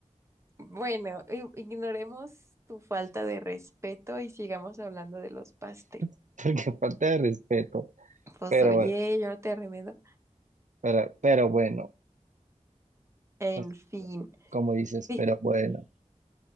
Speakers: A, on the right; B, on the right.
A: Bueno, i- ignoremos tu falta de respeto y sigamos hablando de los pasteles.
B: <laughs> porque falta de respeto.
A: Pues
B: Pero
A: oye,
B: bueno,
A: yo no te remedo.
B: pero, pero bueno,
A: En
B: pues,
A: fin.
B: como dices,
A: Fí-
B: pero bueno.